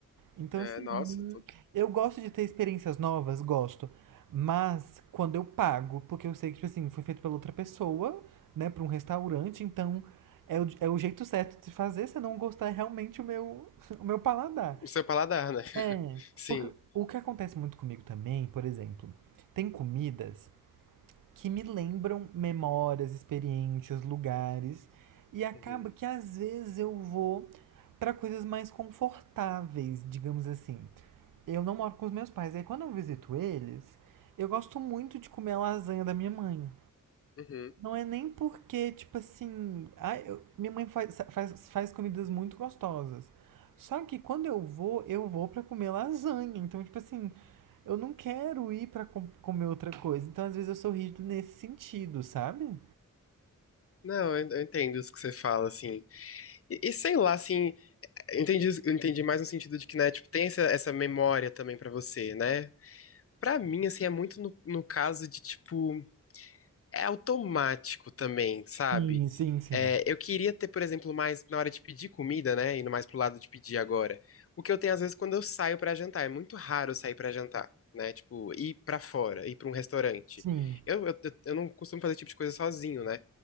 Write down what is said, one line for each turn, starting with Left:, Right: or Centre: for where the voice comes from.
Right: Então,
Left: É,
Right: assim,
Left: nossa,
Right: não
Left: tô-
Right: eu gosto de ter experiências novas, gosto. Mas quando eu pago, porque eu sei que, tipo assim, foi feito pela outra pessoa, né, pra um restaurante, então é o, é o jeito certo de se fazer se eu não gostar é realmente o meu, <laughs> o meu paladar.
Left: o seu paladar, né? <laughs>
Right: É.
Left: Sim.
Right: O que acontece muito comigo também, por exemplo, tem comidas que me lembram memórias, experiências, lugares. E acaba
Left: Uhum,
Right: que às vezes eu vou para coisas mais confortáveis, digamos assim. Eu não moro com os meus pais, aí quando eu visito eles, eu gosto muito de comer a lasanha da minha mãe.
Left: uhum.
Right: Não é nem porque, tipo assim, ah, eu- minha mãe faz, faz, faz comidas muito gostosas. Só que quando eu vou, eu vou pra comer lasanha. Então, tipo assim, eu não quero ir pra com- comer outra coisa. Então, às vezes eu sou rígido nesse sentido, sabe?
Left: Não, eu eu entendo isso que você fala, assim. E, e sei lá, assim, eu entendi, isso- eu entendi mais no sentido de que, né, tipo, tem essa, essa memória também pra você, né? Pra mim, assim, é muito no, no caso de, tipo. é automático também, sabe?
Right: Sim, sim, sim.
Left: É, eu queria ter, por exemplo, mais na hora de pedir comida, né? Indo mais pro lado de pedir agora. O que eu tenho às vezes quando eu saio pra jantar. É muito raro eu sair pra jantar, né? Tipo, ir pra fora, ir pra um restaurante.
Right: Sim,
Left: Eu, eu, eu não costumo fazer esse tipo de coisa sozinho, né?